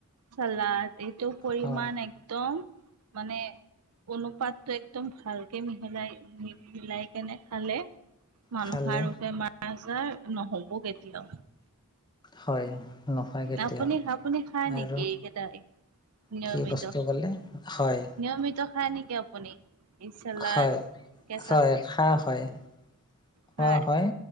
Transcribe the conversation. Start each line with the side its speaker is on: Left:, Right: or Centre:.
Right: চালাড এইটো পৰিমাণ
Left: হয়
Right: একদম মানে অনুপাতটো একদম ভালকে মিহলাই মিলাই কেনে খালে মানুহৰ
Left: খালে
Right: আজাৰ নহ'ব কেতিয়াও
Left: হয় নহয় কেতিয়াও
Right: আপুনি আপুনি খায় নেকি
Left: আৰু
Right: এইকেইটাই নিয়মিত
Left: কি বস্তু ক'লে হয়
Right: নিয়মিত খায় নেকি আপুনি এই চালাড
Left: হয়
Right: কেঁচা
Left: হয় খোৱা হয় খোৱা
Right: খাই
Left: হয়